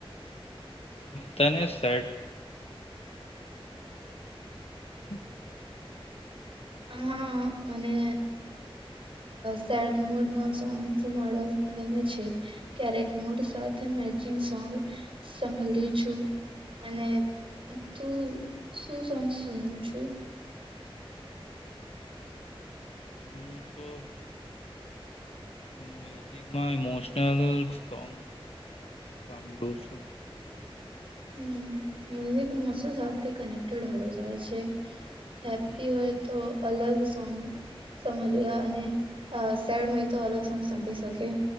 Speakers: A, on the left (about 85°); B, on the right (about 65°).
A: તને સેડ <unintelligible>
B: હા મને સેડ મૂડમાં સોંગવા સંભાળવું ગમે છે ક્યારેક મુડ સાથે મેચિંગ સોંગ સંભળ્યું છું અને તું શું સોંગ સુનું છું
A: હુ તો મ્યુઝિકમાં ઇમોશનલ સોંગ સાંભળું છું
B: હુ મ્યુઝિક મોસમ સાથે કનેક્ટેડ હોય જાય છે હેપી
A: હમ
B: હોય તો અલગ સોંગ સંભળ્યા અને સેડ હોય તો અલગ સોંગ સાભળી શકે